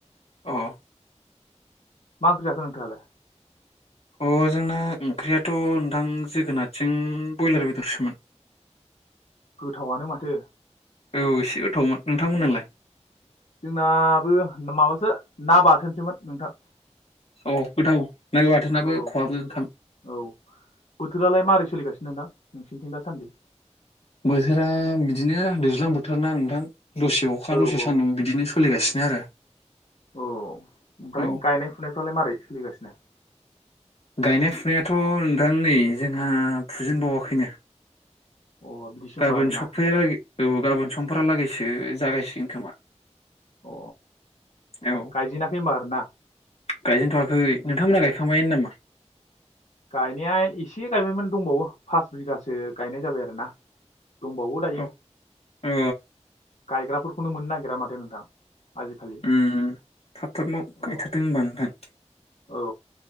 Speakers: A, on the left; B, on the left.
A: अ'।
B: मा ओंख्रि जाखो नोंथाङालाय?
A: अ जोंना ओंख्रियाथ' नोंथां जोगोनारजों ब्रयलार बेदरसोमोन।
B: गोथावआनो माथो।
A: औ एसे गोथावमोन। नोंथांमोनालाय
B: अ जोंनाबो माबासो ना बाथोनसोमोन नोंथां।
A: औ गोथाव ना बाथोनाबो
B: औ
A: खहाबो नोंथां।
B: औ बोथोरालाय मारै सोलिगासिनो नोंथां नोंसोरनिथिं दासान्दि?
A: बोथोरा बिदिनो दैज्लां बोथोर ना नोंथां दसे अखा
B: औ
A: दसे
B: औ
A: सान्दुं बिदिनो सोलिगासि नो आरो।
B: औ, ओमफ्राय
A: औ
B: गायनाय फुनायफ्रालाय मारै सोलिगासिनो?
A: गायनाय फुनायाथ' नोंथां नै जोंहा फुजेनबावाखैनो।
B: अ बिदिसो होमबा
A: गाबोन
B: आरोना
A: सफैला औ गाबोन समफलागैसो जागायसिगोन खोमा।
B: अ
A: औ
B: गायजेनाखै होनबा आरो ना?
A: गायजेनथ'वाखै, नोंथांमोनहा गायखांबायनो नामा?
B: गायनाया एसे गायबायमोन दंबावो फास बिगासो गायनाय जाबाय आरोना दंबावो दायो,
A: औ अ
B: गायग्राफोरखौनो मोननो नागिरा माथो नोंथां। आजिखालि
A: उम, थाब थाब माव
B: अ
A: गायथारदों होनबा नोंथां?
B: औ,